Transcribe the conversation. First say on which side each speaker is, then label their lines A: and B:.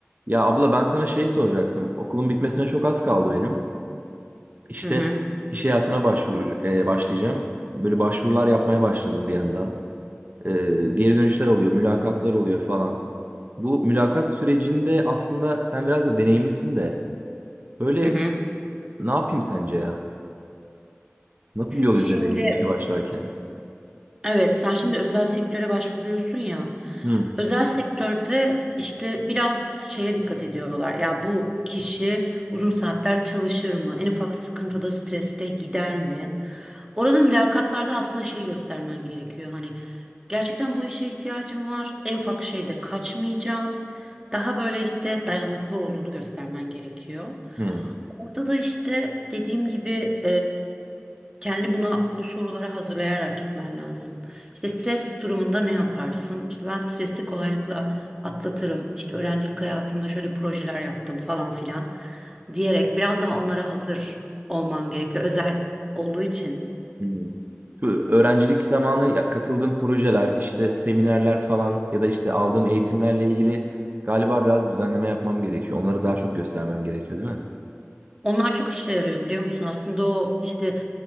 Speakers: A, on the right; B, on the right.
A: Ya abla ben sana şey soracaktım. Okulun bitmesine çok az kaldı benim. İşte
B: Hı hı,
A: iş hayatına başvuru, e, başlayacağım. Böyle başvurular yapmaya başladım bir yandan. E, geri dönüşler oluyor, mülakatlar oluyor falan. Bu mülakat sürecinde aslında sen biraz da deneyimlisin de. Böyle
B: hı hı.
A: ne yapayım sence ya? Nasıl bir yol
B: Şimdi
A: izlemeliyim işe başlarken?
B: evet sen şimdi özel sektöre başvuruyorsun ya.
A: Hı,
B: Özel sektörde işte biraz şeye dikkat ediyorlar. Ya bu kişi uzun saatler çalışır mı? En ufak sıkıntıda, streste gider mi? Orada mülakatlarda aslında şey göstermen gerekiyor. Hani gerçekten bu işe ihtiyacım var. En ufak şeyde kaçmayacağım. Daha böyle işte dayanıklı olduğunu göstermen gerekiyor.
A: hı,
B: Orada da işte dediğim gibi Kendi buna bu sorulara hazırlayarak gitmen lazım. İşte stres durumunda ne yaparsın? İşte ben stresi kolaylıkla atlatırım. İşte öğrencilik hayatımda şöyle projeler yaptım falan filan diyerek biraz daha onlara hazır olman gerekiyor. Özel olduğu için.
A: hı. Şu öğrencilik zamanı ya- katıldığım projeler, işte seminerler falan ya da işte aldığım eğitimlerle ilgili galiba biraz düzenleme yapmam gerekiyor. Onları daha çok göstermem gerekiyor, değil mi?
B: Onlar çok işe yarıyor biliyor musun? Aslında o işte